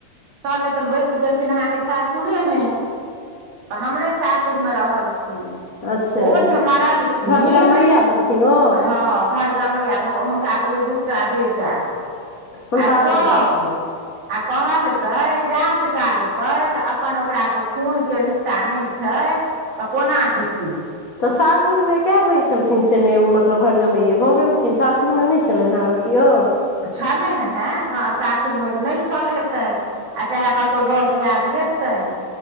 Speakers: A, on the right; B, on the left.
A: चलले तन बैसि गेलखिन अहाँके सासुरेमे तऽ हमरे सासुरमे रहलखिन
B: अच्छा
A: ओ जे मरलखिन
B: घर जमैया भेलखिन ओ
A: हँ घर जमैया भऽ कऽ हुनका बुझियौ दु टा बेटा
B: हुनका
A: आ सब
B: अपना
A: आ कहलकै जात कालतै अपन ओकरा खूनके रिश्ता नहि छै तऽ कोना हेतै
B: तऽ सासुरमे कए भैं छलखिन से नहि मतलब घर जमाइए भऽ गेलखिन लेकिन सासुरमे नहि छलनि हेँ आरो केओ
A: छलै ने हेँ ग सासुरमे नहि छल हेतन आ चाहे कतहु दर्द दियाद हेतइन